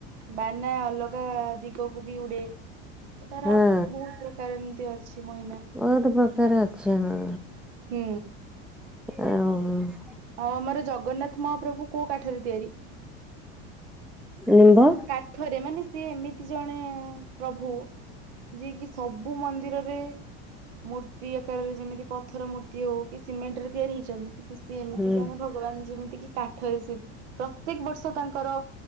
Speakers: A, on the right; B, in the centre.
A: ବାନା ଅଲଗା ଦିଗକୁ ବି ଉଡେ। ତାର
B: ହଁ।
A: ବହୁ ପ୍ରକାର ଏମିତି ଅଛି ମହିମା।
B: ବହୁତ ପ୍ରକାର ଅଛି ହଁ।
A: ହୁଁ।
B: ଆଉ। ଉହୁଁ।
A: ଆଉ ଆମର ଜଗନ୍ନାଥ ମହାପ୍ରଭୁ କୋଉ କାଠରେ ତିଆରି?
B: ନିମ୍ବ।
A: କାଠରେ ମାନେ ସିଏ ଏମିତି ଜଣେ ପ୍ରଭୁ ଯିଏ କିି ସବୁ ମନ୍ଦିରରେ ମୂର୍ତ୍ତି କାରରେ ଯେମିତି ପଥର ମୂର୍ତ୍ତି ହଉ କି ସିମେଣ୍ଟରେ ତିଆରି ହେଇଚନ୍ତି କିନ୍ତୁ ସିଏ ଏମିତି
B: ହୁଁ
A: ଜଣେ ଭଗବାନ ଯେମିତି କି କାଠରେ ସିଏ ପ୍ରତ୍ୟେକ ବର୍ଷ ତାଙ୍କର